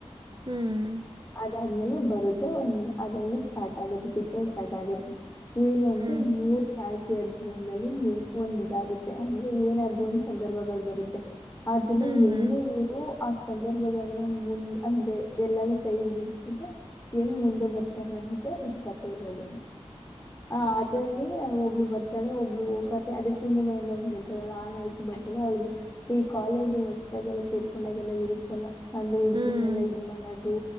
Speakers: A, on the right; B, on the left.
A: ಹ್ಮ್
B: ಅ ಆದ್ಮೇಲೆ ಬರುದೇ ಒಂದ್ ಅದಂದ ಸ್ಟಾರ್ಟ್ ಆಗುತ್ತೆ ಚಿತ್ರ ಸ್ಟಾರ್ಟ್ ಆಗತ್ತೆ ಏನು ಅಂದ್ರೆ
A: ಹ್ಮ್
B: ಈ ಮೂರು ನಾಯಕು ಜೀವನದಲ್ಲಿ ಏ ಒಂದ ಇದಾಗುತ್ತೆ ಅಂದ್ರೆ ಏನಾದ ಒಂದ್ ಸಂದರ್ಭಗಳು ಬರುತ್ತೆ ಅದನ್ನು
A: ಹ್ಮ್
B: ಎಂಗಯೂ
A: ಹ್ಮ್
B: ಸಂದರ್ಭಗಳನ್ನ ಮುಂದ್ ಅಂದೆ ಎಲ್ಲಾನೂ ಸೈಡ್ಗ ಇಟ್ಬಿಟ್ಟು ಹೆಂಗ್ ಮುಂದೆ ಬರ್ತಾರೆ ಅನ್ನೋದೇ ಇದದು ಕತೆೆ ಇರೋದು ಆ ಅದ್ರಲ್ಲಿ ಒಬ್ಳು ಬರ್ತಾಳ ಒಬ್ಳು ಕತೆ ಅದೇ ಶಿವಮೊಗ್ಗದಂದ ಬಂದಿರ್ತಾಳಲ್ಲ ಆಾನ ಹಕ ಬರ್ತಾಳ ಅವಳಿಗೆ ಈ ಕಾಲೇಜು ಹೊಸ್ದಾಗೆಲ್ಲ ಸೇರ್ಕೊಂಡಾಗೆಲ್ಲ ಇರುತ್ತೆ ಲ್ಲ ಅಂದೆ ಹುಡುಗಿರ್ನೆೆಲ್ಲಾ
A: ಹ್ಮ್
B: ಇದ್ ಮಾಡೋದು